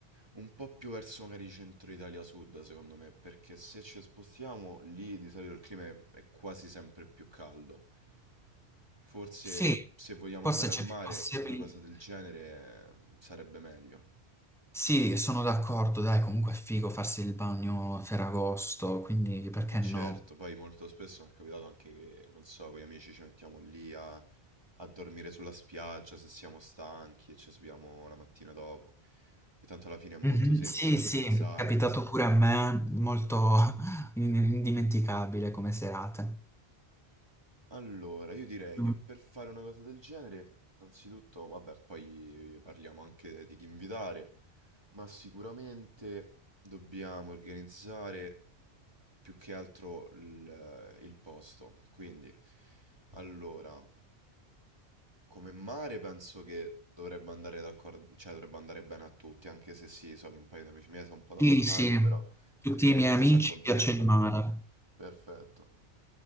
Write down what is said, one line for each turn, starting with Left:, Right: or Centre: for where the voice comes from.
Right: un po' più verso magari centro Italia sud, secondo me, perché se ci spostiamo lì di solito il clima è è quasi sempre più caldo. Forse
Centre: sì,
Right: se vogliamo
Centre: forse
Right: andare
Centre: c'è
Right: al mare,
Centre: più possibilità.
Right: una cosa del genere eh, sarebbe meglio.
Centre: Sì, sono d'accordo, dai, comunque è figo farsi il bagno a Ferragosto, quindi perché
Right: E certo,
Centre: no?
Right: poi molto spesso mi è capitato anche che, non so, con gli amici ci mettiamo lì a, a dormire sulla spiaggia se siamo stanchi e ci subiamo la mattina dopo. E tanto alla fine è molto
Centre: Mhm,
Right: semplice
Centre: Sì,
Right: organizzare.
Centre: sì, è capitato pure a me, molto <laughs> in- indimenticabile come serate.
Right: Allora, io direi
Centre: Mm,
Right: che per fare una cosa del genere, innanzitutto, vabbè, poi parliamo anche di chi invitare, ma sicuramente dobbiamo organizzare più che altro il, il posto. Quindi, allora, come mare penso che dovrebbe andare d'accordo, cioè dovrebbe andare bene a tutti, anche se sì, so che un paio di amici miei sono un po' da
Centre: Sì,
Right: montagna,
Centre: sì,
Right: però
Centre: tutti
Right: fa niente,
Centre: i miei amici
Right: si accontentano.
Centre: piace il mare.
Right: Perfetto.